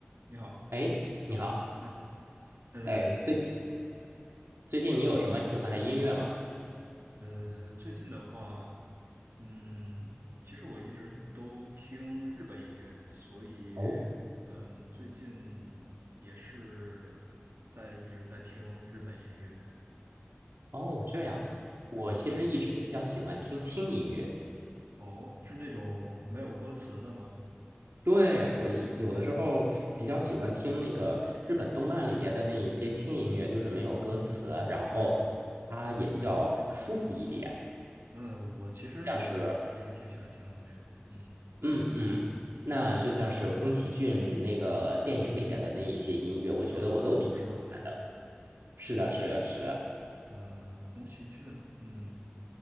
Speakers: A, on the right; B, on the right.
A: 你好，
B: 哎，你好，
A: 嗯，呃
B: 哎，最最近你有什么喜欢的音乐吗？
A: 呃，最近的话，嗯，其实我一直都听日本音乐，所以，
B: 哦，
A: 嗯，最近也是在一直在听日本音乐，
B: 哦，这样，我其实一直比较喜欢听轻音乐，
A: 嗯，哦，是那种没有歌词的吗？
B: 对，我一有的时候比较喜欢听那个日本动漫里边的那一些轻音乐，就是没有歌词，
A: 啊，
B: 然后它也比较舒服一点，
A: 嗯，我其实也还也挺喜欢听的这个，
B: 像是，
A: 嗯，
B: 嗯嗯，那就像是宫崎骏那个电影里边的那一些音乐，我觉得我都挺喜欢的。
A: 哦，我知道那个，
B: 是的，是的，是的，
A: 啊，宫崎骏，嗯。